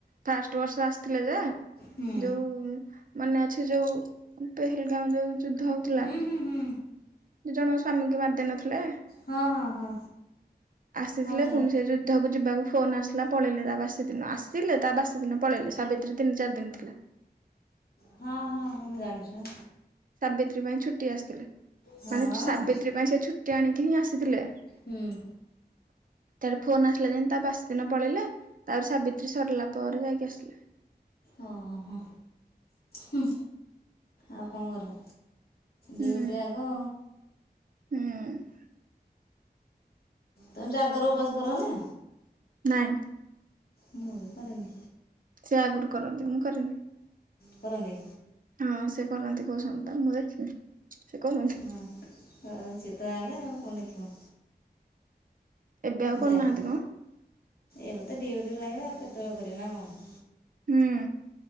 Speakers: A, on the right (about 55°); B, on the left (about 65°).
A: ଫାଷ୍ଟ ବର୍ଷ ଆସିଥିଲେଯେ
B: ହୁଁ
A: ଯୋଉ। ମନେଅଛି ଯୋଉ ପେହେଲଗାଁଓ ଯୋଉ ଯୁଦ୍ଧ ହଉଥିଲା।
B: ହୁଁ
A: ଦି
B: ହୁଁ ହୁଁ
A: ଜଣଙ୍କ ସ୍ୱାମୀଙ୍କୁ ମାରିଦେଇ ନଥିଲେ।
B: ହଁ ହଁ ହଁ।
A: ଆସିଥିଲେ
B: ହଁ ମୁଁ
A: ପୁଣି ସେଯୁଦ୍ଧକୁ ଯିବାକୁ ଫୋନ ଆସିଲା ପଳେଇଲେ ତାବାସିଦିନ ଆସି ଥିଲେ ତା ବାସିଦିନ ପଳେଇଲେ ସାବିତ୍ରୀ ତିନି ଚାରିଦିନ ଥିଲା।
B: ହଁ ହଁ ହଁ ମୁଁ ଜାଣିଛିବା।
A: ସାବିତ୍ରୀ ପାଇଁ ଛୁଟି ଆସିଥିଲେ
B: ହଁ
A: ମାନେ ସାବିତ୍ରୀପାଇଁ ସେ ଛୁଟି ଆଣିକିହିଁ ଆସିଥିଲେ।
B: ହୁଁ ଉୁଁ।
A: <inaudible> ତାପରେ ଫୋନ ଆସିଲା ଯେମତି ତା ବାସିଦିନ ପଳେଇଲେ ତାପରେ ସାବିତ୍ରୀ ସରିଲାପରେ ଯାଇକି ଆସିଲେ।
B: ଅ ହ ହଁ ହୁଁ ଆଉ କଣ କରିବ?
A: ହୁଁ
B: ଡିଉଟି ଆଗ।
A: ହୁଁ ଉୁଁ।
B: ତମେ ଜାଗର ଉପାସ କରନା?
A: ନାଁ।
B: ମୁଁବି କରେନି।
A: ସେ ଆଗରୁ କରନ୍ତି ମୁଁ କରେନି।
B: କରନ୍ତି।
A: ହଁ ସେ କରନ୍ତି କହୁଛନ୍ତି ତ ମୁଁ ଦେଖିନି। ସେ କରନ୍ତି
B: ହଁ ହଉ ସେତ ଇଆଡ଼େ ଆଉ କଣ ଦେଖିବ।
A: ଏବେ ଆଉ କରୁନାହାନ୍ତି
B: ଜାଗ
A: ମ
B: ଏବେ ତ ଡ୍ୟଉଟି ରୁ ଆଇଲ ଆଉ କେତେବେଳେ କରିବ ନା କଣ?
A: ହୁଁ।